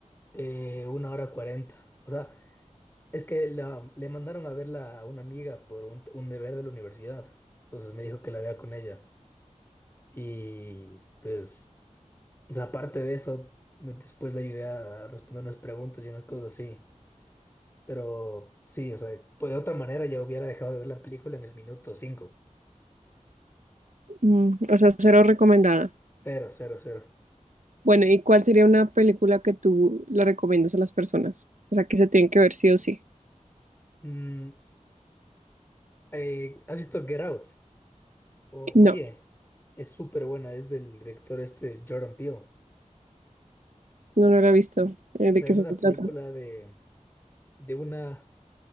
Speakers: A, on the left; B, on the right.
A: eh, una hora cuarenta. O sea, es que la- le mandaron a verla a una amiga por un, un deber de la universidad. Entonces me dijo que la vea con ella. Y pues, o sea, aparte de eso, me- después le ayudé a responder unas preguntas y unas cosas así. Pero sí, o sea, pues de otra manera ya hubiera dejado de ver la película en el minuto cinco.
B: Mm, o sea, cero recomendada.
A: Cero, cero, cero.
B: Bueno, ¿y cuál sería una película que tú le recomiendas a las personas? O sea, que se tienen que ver sí o sí.
A: Mm, eh, ¿has visto Get Out? O- Huye.
B: No,
A: Es súper buena, es del director este Jordan Peele.
B: no, no la he visto. Eh,
A: O
B: ¿de
A: sea,
B: qué
A: es
B: se
A: una
B: trata?
A: película de, de una,